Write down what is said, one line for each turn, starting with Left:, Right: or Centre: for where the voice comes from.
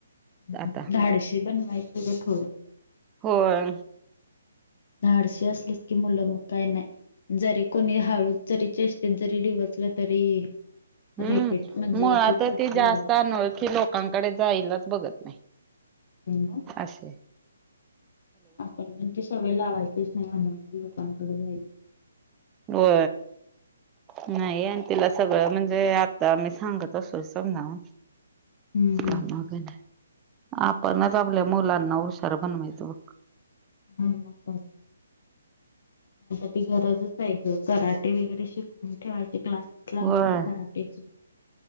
Left: ह
Right: आता
Left: धाडशी बनवायचं ग थोडं
Right: होय.
Left: डशी असली की मुलं म काय नाही जरी कोणी हळू जरीचे ते जरी डीवाचल जरी
Right: हम्म
Left: रिपीट म्हणजे
Right: मुळात
Left: हे करता
Right: ती जास्त
Left: यायला
Right: अनोळखी लोकांकडे जाईलाच बघत
Left: पाहिजे.
Right: असशे
Left: आपण पण ते सवय लावायचेच नाही अनोळखी लोकांकडे जायचे
Right: हो ह तिला सगळं म्हणजे आता मी सांगत असो समजावून
Left: हम्म.
Right: का मागन ह आपणत आपल्या मुला नऊ सरबन्वैत बक
Left: ह म मता त गरजच आहे ग कराट वगैरे शिकवून ठेवायचे क्लासेस लावायचे
Right: होय.
Left: कराटचे